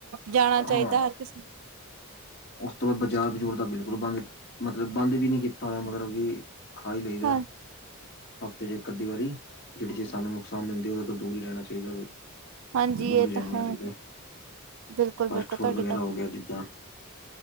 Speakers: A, on the right; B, on the left.
A: ਜਾਣਾ
B: ਹਾਂ
A: ਚਾਈਦਾ ਹਰ ਕਿਸੇ ਨੂੰ।
B: ਉਸ ਤੋਂ ਬਾਦ ਬਾਜ਼ਾਰ -ਬਾਜੂਰ ਦਾ ਬਿਲਕੁਲ ਬੰਦ ਮਤਲਬ ਬੰਦ ਵੀ ਨੀ ਕੀਤਾ ਹੋਇਆ ਮਤਲਬ ਕਿ। ਖਾ ਈ ਲਈਦਾ
A: ਹਾਂ
B: ਹਫ਼ਤੇ ਚ ਇੱਕ ਅਧੀ ਵਾਰੀ ਜਿਹੜੀ ਚੀਜ਼ ਸਾਨੂੰ ਨੁਕਸਾਨ ਦਿੰਦੀ ਉਹਦੇ ਤੋ ਦੂਰ ਹੀ ਰੈਣਾ ਚਾਈਦਾ
A: ਹਾਂਜੀ
B: ਦੂਰ
A: ਇਹ
B: ਹੀ ਰੈਣਾ
A: ਤਾਂ ਹੈ
B: ਚਾਈਦੈ
A: ਬਿਲਕੁਲ
B: ਫਾਸਟ
A: ਬਿਲਕੁਲ
B: ਫੂਡ
A: ਤੁਹਾਡੀ
B: ਵਗੈਰਾ
A: ਗੱਲ
B: ਹੋ ਗਿਆ ਜਿੱਦਾਂ